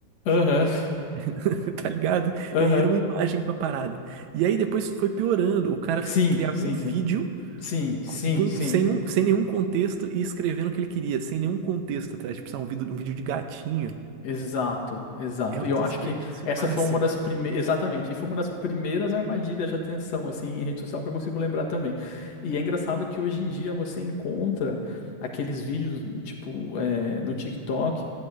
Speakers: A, on the left; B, on the right.
A: Aham.
B: <laughs> tá ligado?
A: Aham.
B: E aí era uma imagem com a parada. E aí depois foi piorando, o cara
A: Sim,
B: f- criava
A: sim,
B: um vídeo
A: sim. Sim, sim,
B: com-
A: sim.
B: sem, um- sem nenhum contexto e escrevendo o que ele queria, sem nenhum contexto atrás. Tipo, sabe, um vídeo, um vídeo de gatinho
A: Exato, exato.
B: é o
A: E
B: desperdício
A: eu acho que essa
B: máximo.
A: foi uma das primeiras, exatamente, e foi uma das primeiras armadilhas de atenção, assim, em rede social que eu consigo lembrar também. E é engraçado que hoje em dia você encontra aqueles vídeos, tipo, eh, no TikTok